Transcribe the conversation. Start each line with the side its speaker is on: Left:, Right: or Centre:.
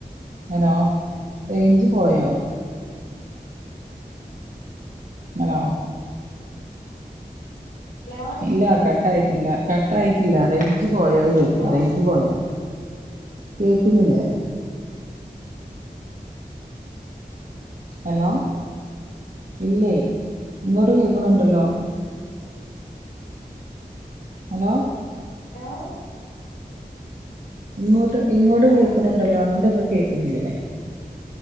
Right: ഹലോ റേഞ്ച് പോയോ ഹലോ.
Left: ഹലോ.
Right: ഇല്ല കട്ടായിട്ടില്ല കട്ടായിട്ടില്ല റേഞ്ച് പോയോ ചോയ്ക്ക
Left: ഹലോ
Right: റേഞ്ച് പോയോ. കേക്കുന്നില്ലേ, ഹലോ,
Left: ടാ
Right: ഇല്ലേയ് ഇങ്ങോട്ട് കേക്കണുണ്ടല്ലോ ഹലോ.
Left: <unintelligible>
Right: ഇങ്ങോട്ട് ഇങ്ങോട്ട്
Left: ഹലോ
Right: കേക്കണിണ്ടല്ലോ അങ്ങോട്ട് എന്താ കേക്കണില്ലേ.